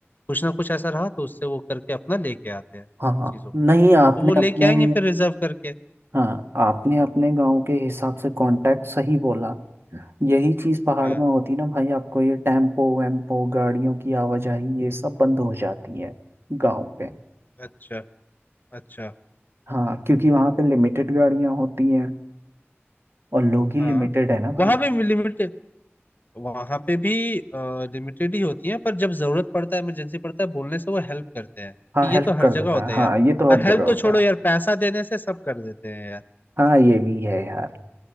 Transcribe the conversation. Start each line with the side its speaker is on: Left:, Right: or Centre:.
Left: कुछ ना कुछ ऐसा रहा तो उससे वो करके अपना लेके आते हैं
Right: हाँ हाँ
Left: चीज़ों
Right: नहीं आपने
Left: तो वो लेके
Right: अपने
Left: आएंगे फिर रिजर्व करके
Right: हाँ आपने अपने गांव के हिसाब से कांटेक्ट सही बोला यही चीज पहाड़
Left: हाँ
Right: में होती ना भाई आपको ये टेम्पो वेम्पो गाड़ियों की आवाजाही ये सब बंद हो जाती है गांव पे
Left: अच्छा अच्छा
Right: हाँ क्योंकि वहां पे लिमिटेड गाड़ियां होती हैं और लोग ही लिमिटेड
Left: हाँ
Right: है ना भाई
Left: वहाँ भी लिमिट वहां पे भी लिमिटेड ही होती है पर जब जरूरत पड़ता है इमरजेंसी पड़ता है बोलने से वो हेल्प करते हैं
Right: हाँ
Left: ये
Right: हेल्प
Left: तो हर
Right: कर
Left: जगह
Right: देता
Left: होता
Right: है
Left: है
Right: हाँ
Left: यार
Right: ये तो
Left: और
Right: हर
Left: हेल्प
Right: जगह होता
Left: तो छोड़ो यार पैसा देने से सब कर देते हैं यार
Right: है हाँ ये भी है यार